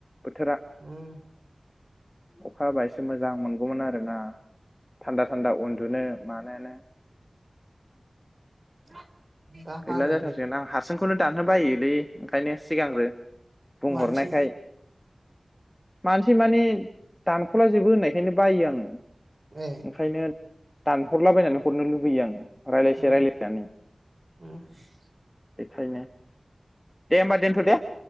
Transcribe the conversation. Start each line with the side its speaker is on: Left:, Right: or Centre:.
Left: बोथोरा
Right: उम
Left: अखा हाबा एसे मोजां मोनगौमोन आरोना थान्दा थान्दा उन्दुनो मानोनो
Right: <inaudible> हागोन
Left: गैला जाथारसोन
Right: बे
Left: आं हारसिं बेखौनो दानानो बायोलै ओंखायनो सिगांग्रो बुंहरनायखाय
Right: मानसि
Left: मानसि माने दानख'ला जोबो होननायखायनो बायो आङो
Right: ए
Left: ओंखायनो दानहरलाबायनानै हरनो लुुबैयो आं। रायज्लायसे
Right: उम
Left: रायज्लायनानै
Right: <inaudible>
Left: बेखायनो दे होमबा दोनथ' दे।